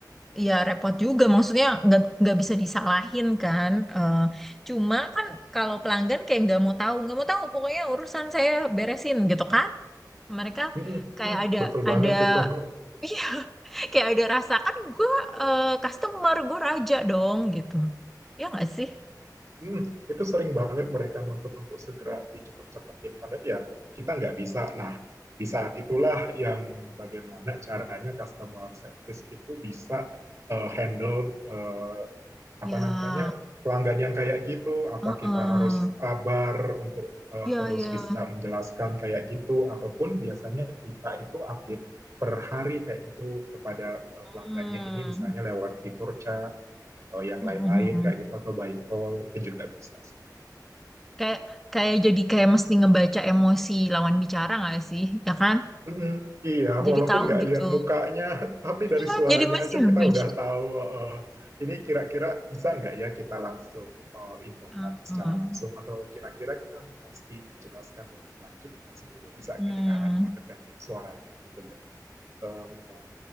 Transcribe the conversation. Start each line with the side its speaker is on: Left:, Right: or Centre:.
Centre: ya repot juga. Maksudnya nggak nggak bisa disalahin kan. Eh, cuma kan kalau pelanggan kayak nggak mau tahu, nggak mau tahu pokoknya urusan saya beresin gitu kan. Mereka
Right: Mm,
Centre: kayak
Right: mm,
Centre: ada
Right: betul banget
Centre: ada
Right: itu. <laughs>
Centre: Iya, kayak ada rasa kan gue eh, customer gue raja dong gitu ya nggak sih
Right: Mm, itu sering banget mereka nuntut untuk segera dicepet-cepetin. Padahal ya kita nggak bisa. Nah, di saat itulah yang bagaimana caranya customer service itu bisa eh, handle eh, apa
Centre: ya
Right: namanya pelanggan yang kayak gitu. Apa
Centre: heeh.
Right: kita harus sabar untuk eh,
Centre: ya
Right: terus
Centre: ya
Right: bisa menjelaskan kayak gitu, ataupun biasanya kita itu update per hari kayak gitu kepada eh, pelanggannya
Centre: hmm.
Right: ini misalnya lewat fitur chat atau yang
Centre: Mm-mm.
Right: lain-lain kayak gitu atau by call itu juga bisa sih.
Centre: kayak kayak jadi kayak mesti ngebaca emosi lawan bicara nggak sih ya kan
Right: Mm-mm. Iya,
Centre: jadi
Right: walaupun
Centre: tahu
Right: nggak
Centre: gitu
Right: lihat mukanya, <laughs> tapi dari suaranya
Centre: Ah, jadi mesti
Right: aja kita
Centre: ngebaca
Right: udah tahu eh, ini kira-kira bisa nggak ya kita langsung eh, infokan
Centre: Ah.
Right: secara langsung atau kira-kira kita mesti jelaskan lebih lanjut nggak sih? Itu bisa
Centre: Hmm.
Right: kedengaran banget dari suaranya gitu ya. Eh, memang